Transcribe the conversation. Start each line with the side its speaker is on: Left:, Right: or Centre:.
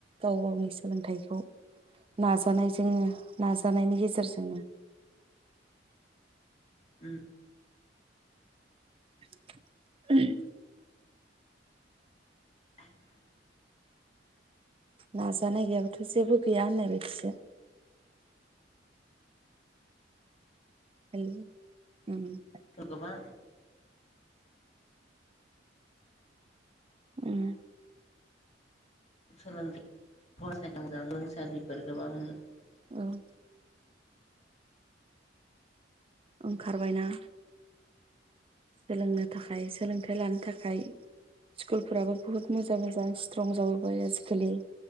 Right: गाव गावनि सोलोंथाइखौ नाजानायजों नाजानायनि गेजेरजोंनो
Left: उम
Right: <unintelligible>
Left: <unintelligible>
Right: नाजानाय गैयाबाथ' जेबो गैया होननाय बायदिसो उम उम
Left: थ गोबां
Right: उम
Left: सोलोंथाइ <unintelligible> गोबां
Right: औ ओंखारबायना सोलोंनो थाखाय सोलोंथाइ लानो थाखाय स्कुलफ्राबो बुहुत मोजां मोजां स्ट्रं जाबोबाय आजिखालि